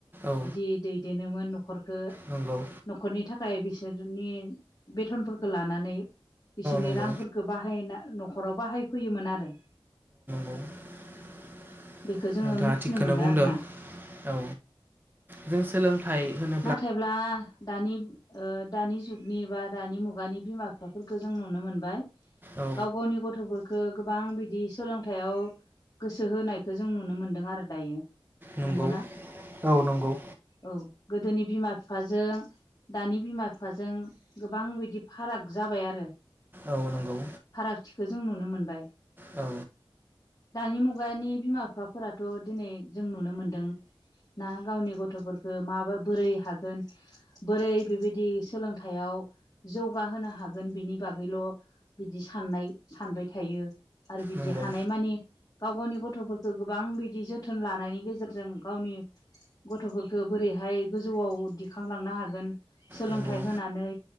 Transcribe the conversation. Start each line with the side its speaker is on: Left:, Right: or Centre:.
Right: औ
Left: बिदि दैदेनोोमोन न'खरखो।
Right: नंगौ।
Left: न'खरनि थाखाय बिसोरनि बेथनफोरखौ लानानै बिसोरनि
Right: नंगौ
Left: रांफोरखौ बाहायना न'खराव बाहायफैयोमोन आरो
Right: <inaudible>
Left: बेखौ जोङो
Right: नोंथाङा
Left: मिथिनो
Right: थिगखौनो
Left: मोनो
Right: बुंदों
Left: आरोना
Right: औ जों सोलोंथाइ होनो
Left: नाथायब्ला दानि ओ दानि जुगनि बा दानि मुगानि बिमा बिफाफोरखौ जों नुनो मोनबाय
Right: औ
Left: गाव गावनि गथ'फोरखौ खो गोबां बिदि सोलोंथायाइयाव गोसो होनायखौ जों नुनो मोनदों आरो दायो
Right: नंगौ
Left: नंगौना
Right: औ नंगौ
Left: औ गोदोनि बिमा बिफाजों दानि बिमा बिफाजों गोबां बिदि फाराग जाबाय आरो
Right: औ नंगौ
Left: फारागथिखौ जों नुनो मोनबाय।
Right: औ
Left: दानि मुगानि बिमा बिफाफोराथ' दिनै जों नुनो मोनदों ना गावनि गथ'फोरखौ मा बोरै हागोन बोरै बेबायदि सोलोंथाइयाव जौगाहोनो हागोन बिनि बागैल' बिदि साननाय सानबाय थायो आरो बिदि
Right: नंगौ
Left: हानायमानि गाव गावनि गथ'फोरखौ गोबां बिदि जोथोन लानायनि गेजेरजों गावनि गथ'फोरखौ बोरैहाय गोजौआव दिखांलांनो हागोन सोलोंथाइ
Right: नंगौ
Left: होनानै